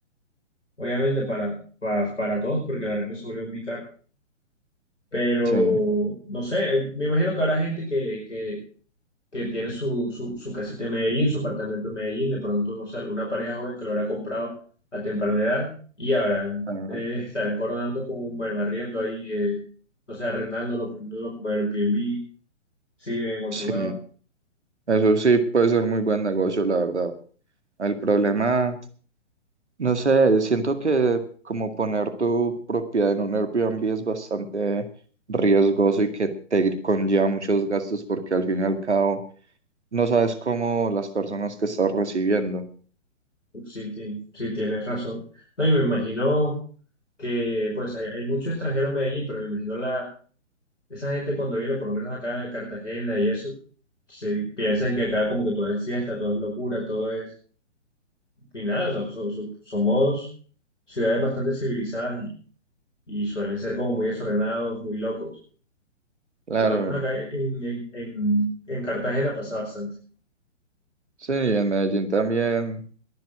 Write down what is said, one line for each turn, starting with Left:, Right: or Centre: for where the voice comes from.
Left: obviamente para, para, para todos, porque la arreglo se vuelve muy pero
Right: Sí.
Left: no sé, eh, me imagino que habrá gente que, que, que tiene su, su, su casita en Medellín, su apartamento en Medellín, de pronto, no sé, alguna pareja joven que lo habrá comprado a temprana edad y habrán,
Right: Ajá.
Left: eh, estarán coronando con un buen arriendo ahí, eh, no sé, arrendándolo, prendiéndolo como Airbnb, si en otro
Right: Sí,
Left: lado.
Right: eso sí puede ser muy buen negocio, la verdad. El problema... No sé, siento que como poner tu propiedad en un Airbnb es bastante riesgoso y que te conlleva muchos gastos porque al fin y al cabo no sabes cómo las personas que estás recibiendo.
Left: Sí, ti- sí, tienes razón. No, y me imagino que pues hay, hay mucho extranjero en Medellín, pero me imagino la, esa gente cuando viene, por lo menos acá a Cartagena y eso, se piensan que acá como que todo es fiesta, todo es locura, todo es... Y nada, o sea, so- so- somos ciudades bastante civilizadas y, y suelen ser como muy desordenados, muy locos.
Right: Claro,
Left: Por lo menos acá en, en, en, en Cartagena pasa bastante.
Right: sí, en Medellín también,